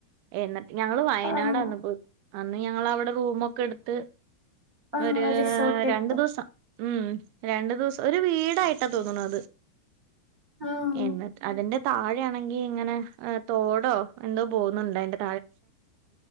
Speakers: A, on the right (about 80°); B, on the right (about 35°).
A: എന്ന ഞങ്ങള് വയനാടാന്ന്
B: ആഹ്
A: പോയി അന്ന് ഞങ്ങ അവിടെ റൂമ ഒക്കെ എടുത്ത്
B: ആഹ്
A: ഒരു
B: റിസോർട്ട് എടുത്തോ
A: രണ്ടു ദിവസം ഉം രണ്ടു ദിവസം ഒരു വീടായിട്ട് കേട്ട തോന്നണ അത്
B: ആഹ്
A: എന്ന അതിന്റെറെ താഴെ ആണെങ്കി ഇങ്ങനെ തോടോ എന്തോ പോുന്നുണ്ട അതിന്റെ